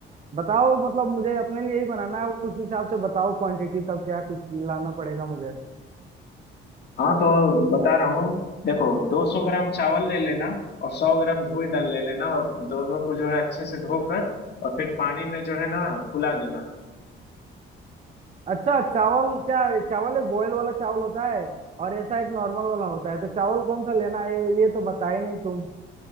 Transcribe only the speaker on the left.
हाँ तो बता रहा हूँ देखो 200 ग्राम चावल ले लेना और 100 ग्राम धोई दाल ले लेना और दोनों को जो है अच्छे से धोकर और फिर पानी में जो है ना फुला देना